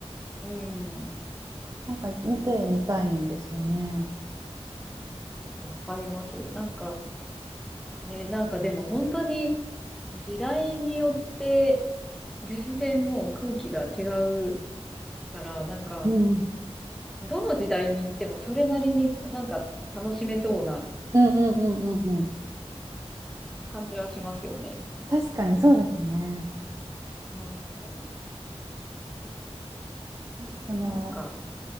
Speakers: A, in the centre; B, on the right.
A: うん、
B: なんか見てみたいんですよね。
A: わかります。なんか、ね、なんかでも本当に時代によって全然もう空気が違うから、なんか
B: うん。
A: どの時代に行ってもそれなりになんか楽しめそうな
B: うんうんうんうんうん。
A: 感じはしますよね。
B: 確かにそうですね。
A: うん。
B: なんかその、
A: なんか、